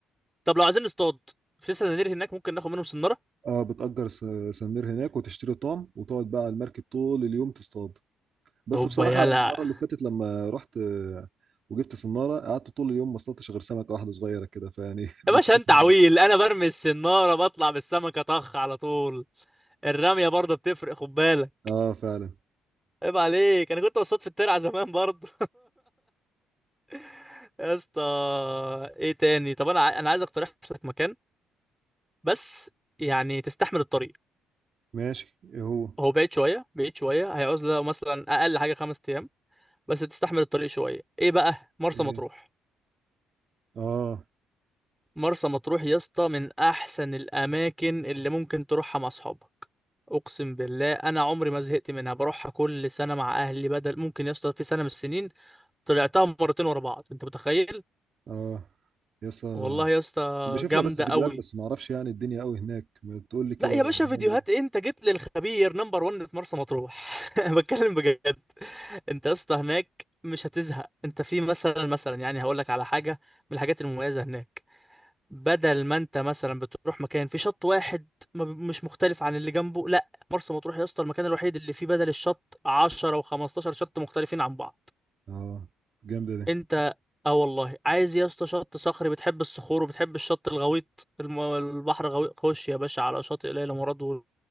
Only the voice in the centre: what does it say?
طب لو عايزين نصطاد في سنانير هناك ممكن ناخد منهم سنارة
هوبا
يلا
يا باشا انت عويل انا برمي السنارة بطلع بالسمكة طخ على طول الرمية برضه بتفرق خد بالك
عيب عليك انا كنت بصطاد في الترعة زمان برضه <laughs> يا اسطى ايه تاني طب انا ع- انا عايز اقترح لك مكان بس يعني تستحمل الطريق
هو بعيد شويه بعيد شويه هيعوز له مثلا اقل حاجه خمس ايام بس تستحمل الطريق شويه ايه بقى مرسى
مطروح
مرسى مطروح يا اسطى من احسن الاماكن اللي ممكن تروحها مع اصحابك اقسم بالله انا عمري ما زهقت منها بروحها كل سنه مع اهلي بدل ممكن يا اسطى في سنه من السنين طلعتها مرتين ورا بعض انت متخيل
والله يا اسطى
جامده
قوي
لا يا
باشا فيديوهات
إيه؟ انت جيت للخبير نمبر 1 في مرسى مطروح <laughs> بتكلم بجد انت يا اسطى هناك مش هتزهق انت في مثلا مثلا يعني هقول لك على حاجه من الحاجات المميزه هناك بدل ما انت مثلا بتروح مكان في شط واحد ما ب- مش مختلف عن اللي جنبه لا مرسى مطروح يا اسطى المكان الوحيد اللي فيه بدل الشط 10 و15 شط مختلفين عن بعض
انت اه والله عايز يا اسطى شط صخري بتحب الصخور وبتحب الشط الغويط الم... البحر غويط خش يا باشا على شاطئ ليلى مراد و...